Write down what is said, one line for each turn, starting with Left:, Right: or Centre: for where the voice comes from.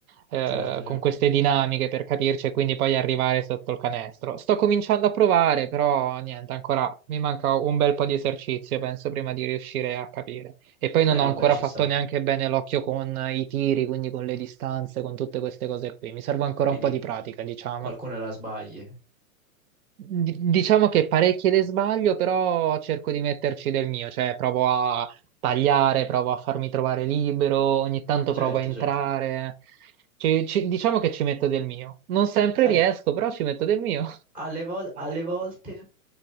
Right: eh,
Centre: Certo,
Right: con
Centre: certo.
Right: queste dinamiche per capirci e quindi poi arrivare sotto il canestro. Sto cominciando a provare, però niente, ancora mi manca un bel po' di esercizio, penso, prima di riuscire a capire. E poi non
Centre: Eh,
Right: ho
Centre: vabbè,
Right: ancora
Centre: ci
Right: fatto
Centre: sta.
Right: neanche bene l'occhio con i tiri, quindi con le distanze, con tutte queste cose qui. Mi serve ancora
Centre: quindi
Right: un po' di pratica, diciamo.
Centre: qualcuna la sbagli.
Right: Di- Diciamo che parecchie le sbaglio, però cerco di metterci del mio, cioè provo a tagliare, provo a farmi trovare libero, ogni tanto
Centre: Certo,
Right: provo a entrare.
Centre: certo.
Right: Ci- ci- diciamo che ci metto del mio. Non sempre
Centre: Sai,
Right: riesco, però ci metto del mio.
Centre: alle, vol-
Right: Alle
Centre: alle
Right: volte.
Centre: volte